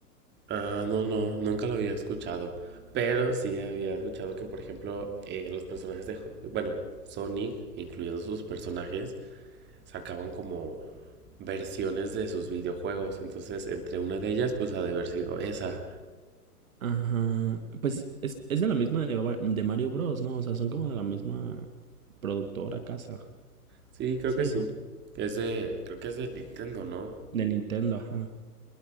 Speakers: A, on the right (about 20°); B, on the right (about 60°).
A: Ah, no, no, nunca lo había escuchado. Pero sí había escuchado que, por ejemplo, eh, los personajes de, Jo- bueno, Sonic, incluyendo sus personajes, sacaban como versiones de sus videojuegos. Entonces, entre una de ellas, pues ha de haber sido esa.
B: Ajá, pues es, es de la misma de, Ba- de Mario Bros, ¿no? O sea, son como de la misma productora casa.
A: Sí, creo
B: Sí,
A: que sí.
B: ¿no?
A: Es de, creo que es de Nintendo, ¿no?
B: De Nintendo, ajá.